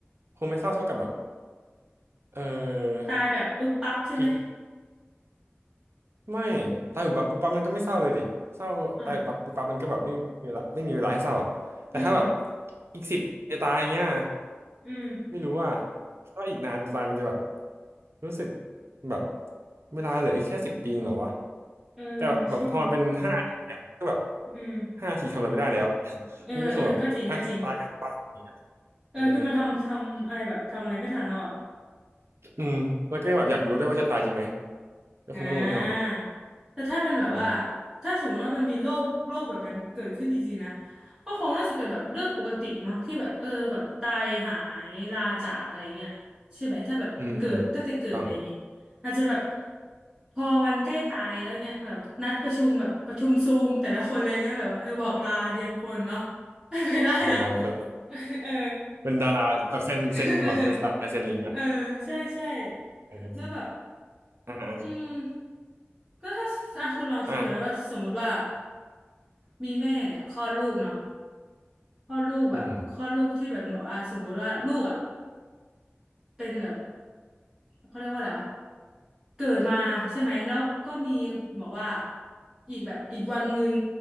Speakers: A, on the right; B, on the right.
A: คงไม่เศร้าเท่ากับแบบเออ
B: ตายแบบปึ๊บปั๊บใช่ไหม
A: อีกไม่ตายแบบปั๊บปุ๊บปั๊บมันก็ไม่เศร้าเลยดิเศร้าตายแบบปั๊บปุ๊บปั๊บมันก็แบบไม่มีเวลาไม่มีเวลาให้เศร้าอ่ะแต่ถ้าแบบ
B: อ่าวอืมอืม
A: อีกสิบปีจะตายเงี้ย
B: อืม
A: ไม่รู้ว่าก็อีกนานจะตายมันจะแบบ รู้สึกแบบเวลาเหลืออีกแค่สิบปีเองเหรอวะ
B: เออ
A: แต่แบบพอมันเป็นห้าทีเนี่ยก็แบบ
B: ใช่ไหมอืม
A: ห้าทีทำอะไรไม่ได้แล้ว <laughs>
B: เออเออก็จริงก็จริง
A: มันก็คงแบบอ่ะตายก็ตายวะ
B: เออคือมันทำมันทำอะไรแบบทำอะไรไม่ทันแล้วอ่ะ
A: เอออืมแล้วก็แบบอยากรู้ด้วยว่าจะตายจริงไหมก็คงต้องลุ้นเอา
B: อ่าแต่ถ้าเป็นแบบว่า
A: เออ
B: ถ้าสมมติว่ามันมีโรคโรคแบบนั้นเกิดขึ้นจริงๆนะก็คงน่าจะเป็นแบบเรื่องปกติมั้งที่แบบเออแบบตายหายลาจากอะไรเงี้ยใช่ไหมถ้าแบบเกิดตั้งแต่เกิดอะไรอย่างงี้
A: อืมอืมต้อง
B: อาจจะแบบพอวันใกล้ตายแล้วเงี้ยแบบนัดประชุมแบบประชุมซูมแต่ละคนอะไรเงี้ยแบบว่าเออบอกลาเรียงคนเนาะ <laughs> ไปได้นะ
A: <laughs> ของการคน
B: <laughs> เออ
A: เป็นดาราแบบเซ็นเซ็นเหรอเป็นลายเซ็นลิงก์อะ
B: <laughs> เออเออใช่ใช่
A: เออ
B: แล้วแบบ
A: อ่า
B: อืมก็ถ้าถ้าคุณลองคิดดูนะว่าสมมุติว่า
A: อ่า
B: มีแม่เนี่ยคลอดลูกเนาะคลอดลูกแบบคลอดลูกที่แบบแบบว่าสมมุติว่าลูกอ่ะ
A: อืม
B: เป็นแบบเขาเรียกว่าอะไรวะเกิดมาใช่ไหมแล้วก็มีบอกว่าอีกแบบอีกวันหนึ่ง